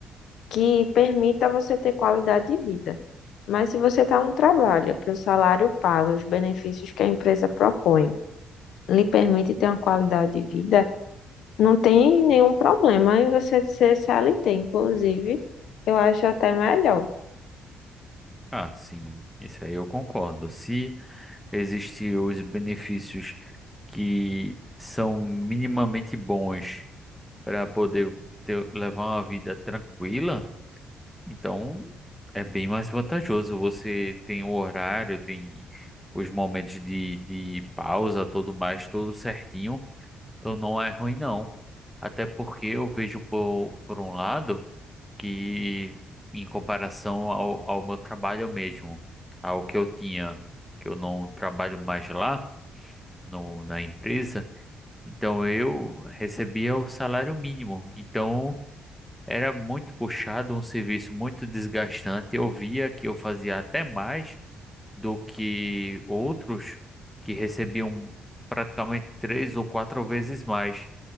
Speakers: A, on the left; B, in the centre.
A: que permita você ter qualidade de vida. Mas se você está um trabalho que o salário paga, os benefícios que a empresa propõe, lhe permite ter uma qualidade de vida, não tem nenhum problema em você ser CLT. Inclusive, eu acho até melhor.
B: Ah, sim, isso aí eu concordo. Se Existem os benefícios que são minimamente bons para poder ter, levar uma vida tranquila. Então, é bem mais vantajoso. Você tem o horário, tem os momentos de, de pausa, tudo mais, tudo certinho. Então, não é ruim, não. Até porque eu vejo por, por um lado que, em comparação ao, ao meu trabalho mesmo, ao que eu tinha, que eu não trabalho mais lá no, na empresa, então eu recebia o salário mínimo. Então era muito puxado, um serviço muito desgastante. Eu via que eu fazia até mais do que outros que recebiam praticamente três ou quatro vezes mais.